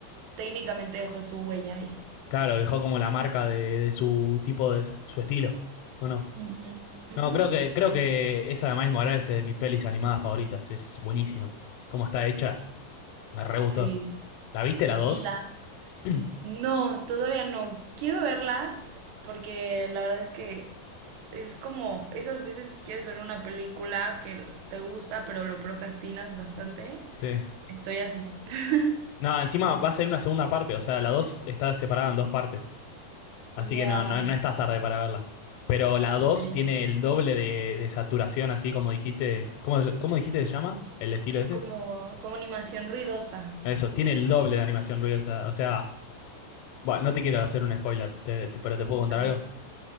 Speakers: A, on the right; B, on the left.
A: técnicamente dejó su huella ahí.
B: Claro, dejó como la marca de, de su tipo de su estilo. ¿O no?
A: Ujú, ujú.
B: No, creo que, creo que esa de Miles Morales es de mis pelis animadas favoritas. Es buenísima. ¿Cómo está hecha? Me re
A: Sí.
B: gustó. ¿La viste la 2
A: Y la...
B: <clears throat>
A: No, todavía no. Quiero verla porque la verdad es que es como esas veces que quieres ver una película que te gusta, pero lo procrastinas bastante.
B: Sí.
A: Estoy así. <laughs>
B: No, encima va a salir una segunda parte, o sea, la 2 está separada en dos partes, así
A: Wow.
B: que no, no, no estás tarde para verla. Pero la
A: Ok.
B: 2 tiene el doble de, de saturación, así como dijiste, ¿cómo, cómo dijiste que se llama? ¿El estilo ese?
A: Como, como animación ruidosa.
B: Eso, tiene el doble de animación ruidosa, o sea, bueno, no te quiero hacer un spoiler, te- te- pero te puedo
A: Ok.
B: contar algo.